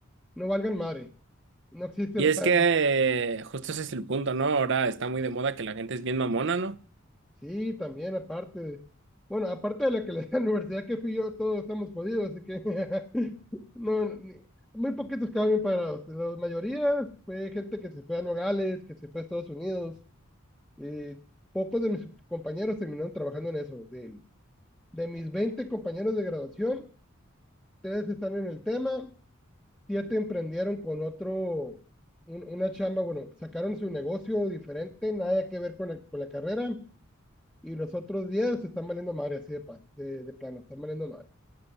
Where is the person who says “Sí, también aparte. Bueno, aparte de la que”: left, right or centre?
Centre